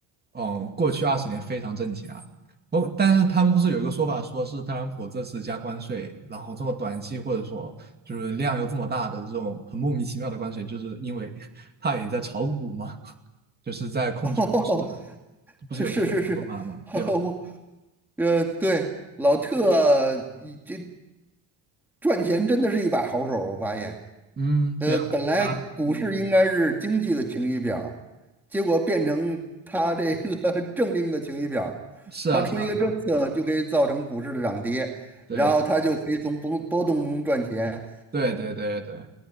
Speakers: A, on the right (about 20°); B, in the centre.
A: 嗯，过去二十年非常挣钱啊。哦，但是他们不是有一个说法，说是特朗普这次加关税，然后这么短期或者说就是量又这么大的这种很莫名其妙的关税，就是因为 <laughs> 他也在炒股嘛。就是在控制股市，
B: <laughs> 哦，
A: 不是有这么一个说法吗？
B: 是是是，<laughs>
A: 对吧？
B: 我呃，对，老特这赚钱真的是一把好手，我发现。
A: 嗯，
B: 呃，
A: 对啊，
B: 本来股市应该是经济的晴雨表儿
A: 啊，嗯，
B: 结果变成它这个 <laughs> 政令的晴雨表儿。
A: 是啊，
B: 它出一个政策就可以造成股市的涨跌，
A: 是啊，是啊，对，
B: 然后它就可以从波波动中赚钱。
A: 对，对，对，对，